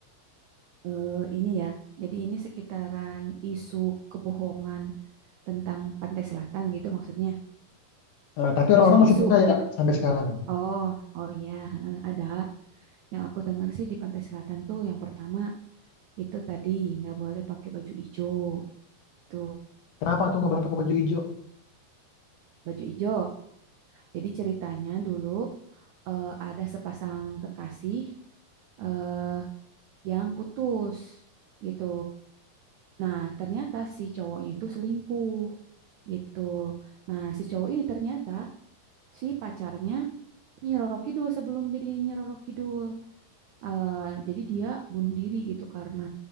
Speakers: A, on the right (about 85°); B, on the left (about 65°).
A: Eh, ini ya. Jadi ini sekitaran isu kebohongan tentang Pantai Selatan gitu maksudnya.
B: Eh, tapi orang-orang
A: Isu-isu.
B: masih percaya sampai sekarang.
A: Oh, oh iya, heeh, ada. Yang aku dengar sih di Pantai Selatan tuh yang pertama Itu tadi nggak boleh pakai baju hijau. Gitu.
B: Kenapa tuh nggak boleh pakai baju hijau?
A: Baju hijau. Jadi ceritanya dulu eh, ada sepasang kekasih eh yang putus gitu. Nah, ternyata si cowoknya itu selingkuh gitu. Nah, si cowok ini ternyata si pacarnya Nyi Roro Kidul sebelum jadi Nyi Roro Kidul. Eh, jadi dia bunuh diri gitu karena